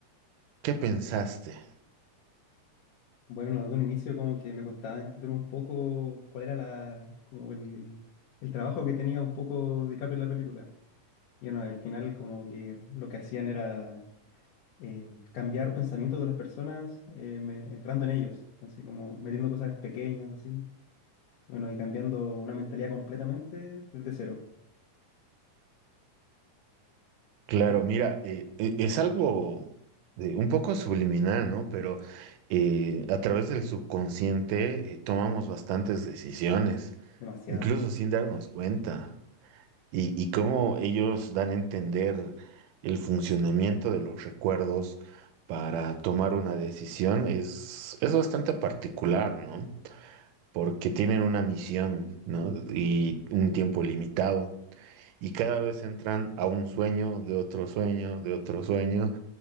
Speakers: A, on the right; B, on the left.
A: ¿qué pensaste?
B: Bueno, de un inicio como que me costaba entender un poco cuál era la, como el, el trabajo que tenía un poco DiCaprio en la película. Y bueno, y al final como que lo que hacían era eh, cambiar pensamientos de las personas eh, me- entrando en ellos, así como metiendo cosas pequeñas, así. Bueno, y cambiando una mentalidad completamente desde cero.
A: Claro,
B: Yo-
A: mira, eh, e- es algo de, un poco subliminal, ¿no? Pero eh, a través del subconsciente eh, tomamos bastantes decisiones,
B: demasiadas.
A: incluso sin darnos cuenta. Y, y cómo ellos dan a entender el funcionamiento de los recuerdos para tomar una decisión es, es bastante particular, ¿no? Porque tienen una misión, ¿no? Y un tiempo limitado. Y cada vez entran a un sueño, de otro sueño, de otro sueño.